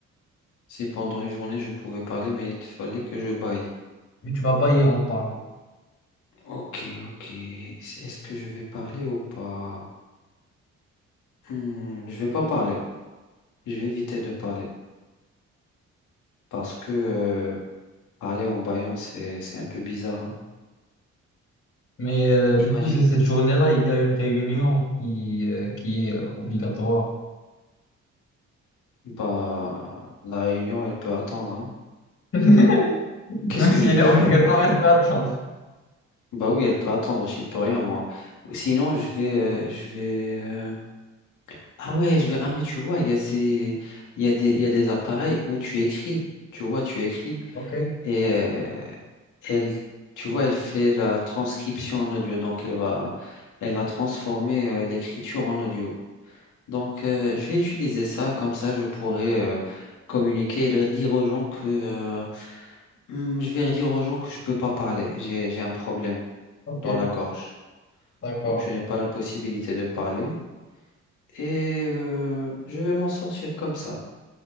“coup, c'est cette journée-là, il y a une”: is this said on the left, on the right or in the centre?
Left